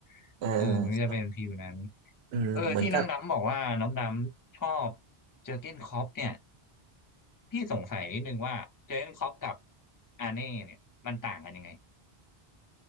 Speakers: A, on the left; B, on the right.
A: ๆเออมันก็จะเป็นฟีลนั้น
B: อ่าอืมเหมือนกับ
A: เออที่น้องดำบอกว่าน้องดำชอบเจอร์เก้นคล็อปเนี่ยพี่สงสัยนิดนึงว่าเจอร์เก้นคล็อปกับอาเน่เนี่ยมันต่างกันยังไง